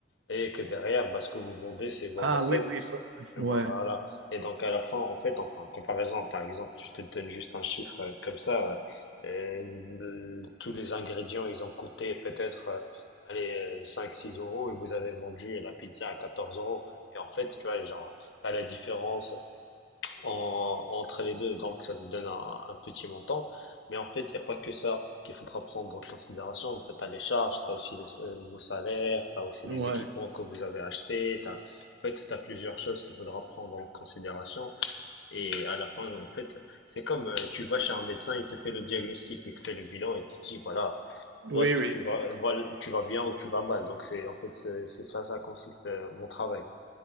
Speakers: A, on the left; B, on the right.
A: et que derrière, bah, ce que vous vendez, c'est vos
B: Ah
A: recettes.
B: oui, oui. pa-
A: Voilà.
B: Ouais,
A: Et donc, à la fin, en fait, enfin, en comparaison, par exemple, je te donne juste un chiffre euh, comme ça, euh, euh, tous les ingrédients, ils ont coûté peut-être, euh, allez, 5-6 euros et vous avez vendu la pizza à 14 euros. Et en fait, tu vois, genre, t'as la différence en- entre les deux, donc ça te donne un, un petit montant. Mais en fait, il n'y a pas que ça qu'il faudra prendre en considération. En fait, tu as les charges, tu as aussi les- euh, vos salaires, tu as aussi
B: ouais.
A: les équipements que vous avez achetés. t'as- en fait, tu as plusieurs choses qu'il faudra prendre en considération. Et à la fin, en fait, c'est comme euh, tu vas chez un médecin, il te fait le diagnostic, il te fait le bilan, il te dit, voilà, toi,
B: Oui, oui.
A: tu vas, voilà, tu vas bien ou tu vas mal. Donc, c'est, en fait, c'est c'est ça, ça consiste, euh, mon travail.